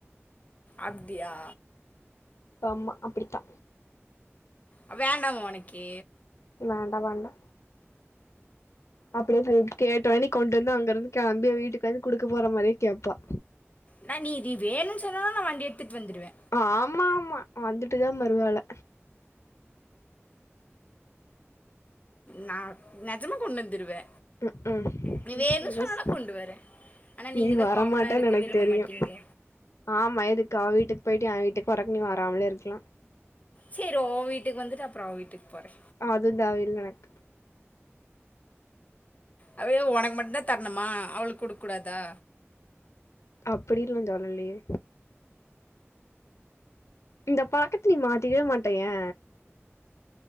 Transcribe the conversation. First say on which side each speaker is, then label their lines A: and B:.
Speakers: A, on the left; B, on the left.
A: அப்டியா
B: ஆமா அப்டித்தா
A: அப் வேண்டாமா ஒனக்கு
B: வேண்டா வேண்டா அப்டியே இப்ப கேட்டோனே கொண்டு வந்து அங்க இருந்து கெளம்பி வீட்டுக்கு வந்து குடுக்க போற மாரியே கேட்ப
A: நா நீ இது வேணுன் சொன்னனா நா வண்டி எடுத்துட்டு வந்துருவே
B: ஆமா ஆமா வந்துட்டுதா மறுவேல
A: நா நெஜமா கொண்டு வந்துருவே
B: ம்ஹூம்
A: நீ வேண்னு
B: பஸ்
A: சொன்னனா கொண்டு வரே ஆனா நீங்கதா
B: நீ வரமாட்டேன்னு
A: காமனா இருக்கு
B: எனக்கு
A: விரும்ப
B: தெரியு
A: மாட்டீங்க
B: ஆமா எதுக்கு அவ வீட்டுக்கு போயிட்டு ஏ வீட்டுக்கு வர்றக்கு‌‌ நீ வாரமலே இருக்கலா
A: சேரி ஓ வீட்டுக்கு வந்துட்டு அப்பறோ அவ‌ வீட்டுக்கு போறே
B: அதும் தேவயில்ல எனக்கு
A: அது ஏ ஒனக்கு மட்டுந்தா தரணுமா அவளுக்கு குடுக்க கூடாதா
B: அப்டினு நா‌ சொல்லலையே இந்த பழக்கத்த நீ மாத்திக்கவே மாட்ட‌‌ ஏ